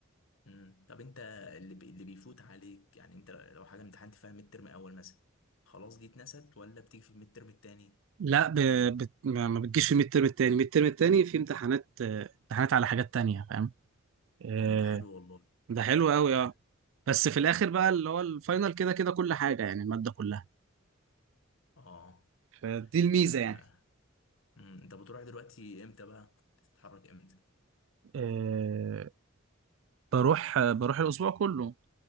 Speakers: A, on the left; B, on the right.
A: مم. طب انت اللي بي... اللي بيفوت عليك يعني انت لو حاجه امتحنت فيها ميد ترم اول مثلا خلاص دي اتنست ولا بتيجي في الميد ترم التاني
B: لا ب... بت... ما ما بتجيش في الميد ترم التاني الميد ترم التاني في امتحانات آه، امتحانات على حاجات تانية فاهم آه،
A: طب ما ده حلو والله
B: ده حلو
A: يعني
B: قوي
A: ده
B: اه بس في الاخر بقى اللي هو الفاينل كده كده كل حاجه يعني الماده كلها
A: اه
B: فدي الميزه
A: آه.
B: يعني
A: مم. انت بتروح دلوقتي امتى بقى بتتحرك امتى
B: أه بروح بروح الاسبوع كله